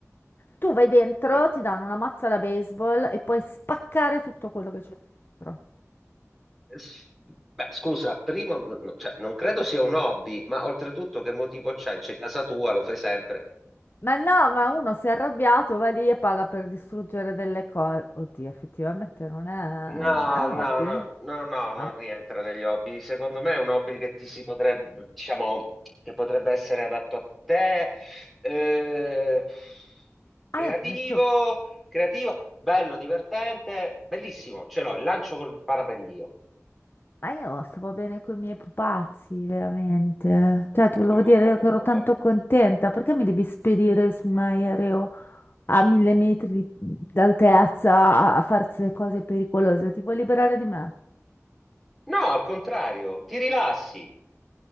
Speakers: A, on the left (about 45°); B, in the centre.
A: Tu vai dentro,
B: eh.
A: ti danno una mazza da baseball e puoi spaccare tutto quello che c'è dentro.
B: S- Beh, scusa, primo, n- n- cioè, non credo sia un hobby, ma oltretutto che motivo c'è? C'è casa tua, lo fai sempre.
A: Ma no, ma uno si è arrabbiato, va lì e paga per distruggere delle cose. Oddio, effettivamente non è...
B: No,
A: È un
B: no,
A: hobby?
B: no, no, no, non
A: No.
B: rientra negli hobby. Secondo me è un hobby che ti si potrebbe, diciamo, che potrebbe essere adatto a te, eh, creativo,
A: Ah, io faccio...
B: creativo, bello, divertente, bellissimo. Ce l'ho, il lancio col parapendio.
A: Ma io stavo bene con i miei pupazzi, veramente. Cioè, ti volevo
B: Qui,
A: dire
B: qua, qua,
A: che ero
B: qua,
A: tanto
B: qua.
A: contenta. Perché mi devi spedire su un aereo a mille metri di- d'altezza a, a farsi cose pericolose? Ti vuoi liberare di me?
B: No, al contrario, ti rilassi